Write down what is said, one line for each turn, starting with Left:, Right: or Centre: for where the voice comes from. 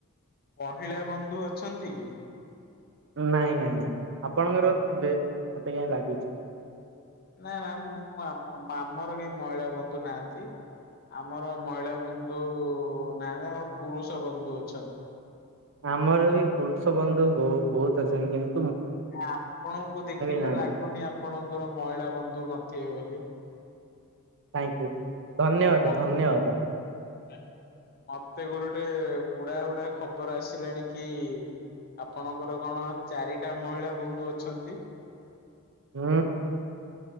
Left: ମହିଳା ବନ୍ଦୁ ଅଛନ୍ତି କି।
Right: ନାଇଁ ନାଇଁ ନାଇଁ ଆପଣଙ୍କର ଥିବେ ମତେ କାହିଁ ଲାଗୁଚି।
Left: ନାଇଁ ନା ମୁଁ ଆପ୍ ଆମର କେହି ମହିଳା ବନ୍ଧୁ ନାହାନ୍ତି। ଆମର ମହିଳା ବନ୍ଧୁ ନାଆନ୍ତି ଆମର ପୁରୁଷ ବନ୍ଧୁ ଅଛନ୍ତି।
Right: ଆମର ବି ପୁରୁଷ ବନ୍ଧୁ ବୋହୁ ବହୁତ ଅଛନ୍ତି କି
Left: ଆପଣଙ୍କୁ ଦେଖି
Right: ନାହାନ୍ତି
Left: ତ ଲାଗୁନି ଆପଣଙ୍କର ମହିଳା ବନ୍ଧୁ ନଥିବେ ବୋଲି।
Right: ଥାଙ୍କ୍ ୟୁ ଧନ୍ୟବାଦ
Left: ମ
Right: ଧନ୍ୟବାଦ।
Left: ମତେ କୋଉଠୁ ଗୋଟେ ଉଡା ଉଡା ଖବର ଆସିଲାଣି କି ଆପଣଙ୍କର କଣ ଚାରିଟା ମହିଳା ବନ୍ଦୁ ଅଛନ୍ତି।
Right: ହୁଁ